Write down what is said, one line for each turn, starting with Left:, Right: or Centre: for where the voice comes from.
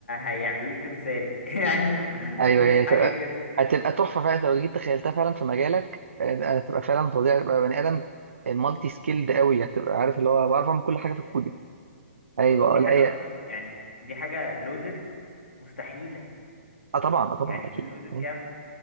Left: هيعملوا لي تمثال <laughs> يعني
Right: ايوه
Left: مفيش
Right: هي
Left: حاجه
Right: هتبقى
Left: كده
Right: هتبقى تحفه فعلا أنت لو جيت تخيلتها فعلا في مجالك آه، هتبقى فعلا فظيعه هتبقى بني ادم مالتي سكيلد قوي هتبقى عارف اللي هو بعرف اعمل كل حاجه
Left: جدا
Right: في الكودينج ايوه
Left: و- ودي
Right: لا
Left: حاجه
Right: هي
Left: اصلا يعني دي حاجه لوجيك مستحيل
Right: اه طبعا اه طبعا
Left: يعني
Right: اكيد
Left: باللوز الكام
Right: يعني